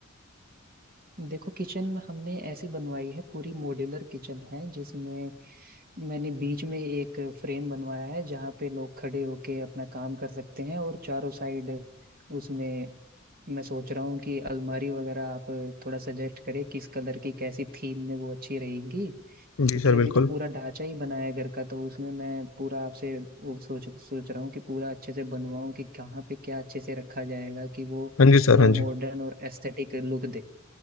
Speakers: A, on the right (about 45°); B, on the left (about 75°).
A: देखो किचन हमने ऐसी बनवाई है पूरी मॉड्यूलर किचन है जिसमें मैंने बीच में एक फ्रेम बनवाया है जहाँ पे लोग खड़े होके अपना काम कर सकते हैं और चारों साइड उसमें मैं सोच रहा हूँ कि अलमारी वगैरह आप थोड़ा सजेस्ट करें किस कलर की कैसी थीम में वो अच्छी रहेंगी
B: जी
A: क्योंकि
B: सर बिल्कुल
A: अभी तो पूरा ढांचा ही बना है घर का तो उसमें मैं पूरा आपसे वो सोच सोच रहा हूँ कि पूरा अच्छे से बनवाऊँ कि कहाँ पे क्या अच्छे से रखा जाएगा कि वो
B: हाँ जी सर
A: पूरा
B: हाँ जी
A: मॉडर्न और एस्थेटिक लुक दे